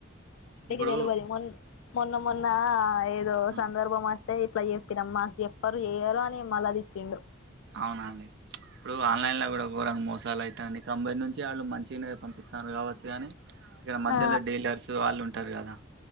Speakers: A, on the right (about 60°); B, on the left (about 70°).
A: ఇప్పుడు
B: తెలువదు మొ మొన్న మొన్న ఏదో
A: ఉమ్
B: సందర్భం వా తే ఇట్లా చెప్పినమ్ మాకు చెప్పారు చేయ్యరు అని మళ్ళది ఇిచ్చిండు
A: అవునా అండి ఇప్పుడు ఆన్లైన్ లో కూడా ఘోరంగ మోసాలు అయితండి తంభై నుంచి వాళ్ళు మంచిగా పంపిస్తన్నారు కావచ్చు కాగానీ ఇక్కడ మధ్యలో
B: ఆ
A: డీలర్స్ వాళ్ళు ఉంటారు కదా